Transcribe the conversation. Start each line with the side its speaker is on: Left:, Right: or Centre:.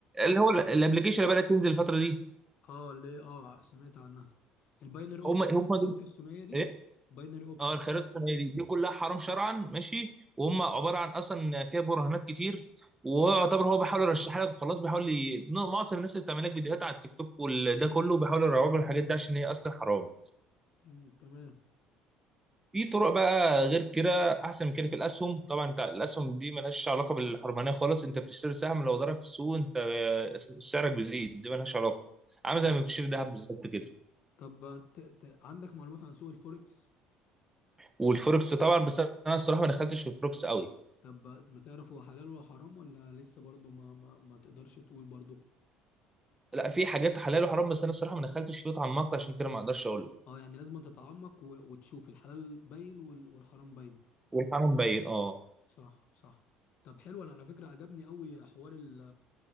Right: اللي هو الابلكيشن اللي بدات تنزل الفتره دي
Left: اه اللي هي- اه سمعت عنها الباينري اوبشن
Right: هم هم
Left: الخليط
Right: دول
Left: الثنائيه دي
Right: إيه؟
Left: باينري اوبشن
Right: اه الخيارات الثنائيه دي دي كلها حرام شرعا ماشي وهم عباره عن اصلا فيها براهنات كتير ويعتبر هو بيحاول يرشح لك وخلاص بيحاول ي... معظم الناس اللي بتعمل لك فيديوهات على التيك توك وده كله بيحاولوا يروجوا الحاجات دي عشان هي اصلا حرام
Left: امم تمام
Right: في طرق بقى غير كده احسن من كده في الاسهم طبعا انت الاسهم دي ملهاش علاقه بالحرمانيه خالص انت بتشتري سهم لو ضرب في السوق انت آه، سعرك بيزيد دي ملهاش علاقه عامل
Left: فاهم.
Right: زي ما بتشتري ذهب بالظبط كده
Left: طب ت... ت... عندك معلومات عن سوق الفوركس
Right: والفوركس طبعا بس انا الصراحه ما دخلتش في الفوركس قوي
Left: طب ما تعرف هو حلال ولا حرام ولا لسه برضه ما... ما ما تقدرش تقول برضه
Right: لا في حاجات حلال وحرام بس انا الصراحه ما دخلتش فيه اتعمقت عشان كده ما اقدرش اقول لك
Left: اه يعني لازم تتعمق و... وتشوف الحلال باين وال... والحرام باين
Right: والحرام باين اه
Left: صح صح طب حلو انا على فكره عجبني قوي حوار ال...